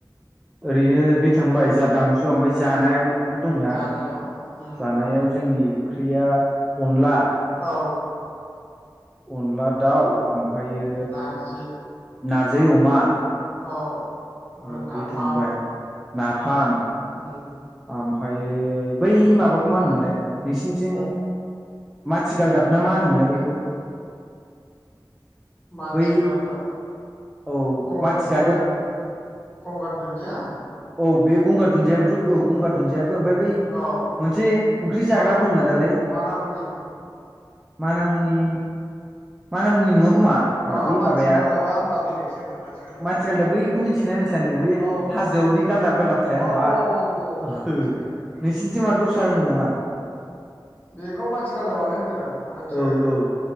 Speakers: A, in the centre; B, on the left (about 20°).
A: ओरैनो बे थांबाय जा दामजु ओम जानायावबो
B: उम
A: दंना
B: जानायाव उम
A: जानायाव
B: उम
A: जोंनि ओंख्रिया अनला।
B: औ
A: अनला दाउ ओमफ्रायो
B: नारजि
A: नारजि अमा
B: औ ओमफ्राय
A: औ
B: नाफाम
A: बे थांबाय नाफाम
B: उम
A: ओमफ्रायो बै
B: ओमफ्राय
A: माबाखौ मा होनोमोनलाय नोंसिनिथिं
B: गं
A: मथिगाल दाब ना मा होनोमोनलाय बेैखौ
B: माथिगालदाब।
A: बै औ
B: गंगार-गंगार
A: माथिगालदेब
B: दुन- गंगार दुदिया
A: औ बे गंगार दुन्दियाबोथ' औ गंगार दुन्दिया बो ओमफ्राय बै
B: औ
A: मोनसे ओंख्रि जाग्रा
B: मानामुनि
A: दंना दालाय
B: मानामुनि
A: मानामुनि मानामुनि नङा खोमा र
B: अ
A: बै
B: माथि
A: माबाया
B: गालदाबा होमबा बेलेगसो जागोन माथि गालदाबा
A: माथिगालदाब बै खौ मिथिगोना मिथिया नोङो बे
B: औ
A: होआव बिदि गालदाब गालदाब थाया होमबा।
B: औ औ औ
A: अहो
B: मिथिबाय आं उम
A: नोंसिनिथिं
B: उम
A: मा दस्रा होनो नामा?
B: बेखौ मथिगालदाबानो होनोदां आंसो
A: औ औ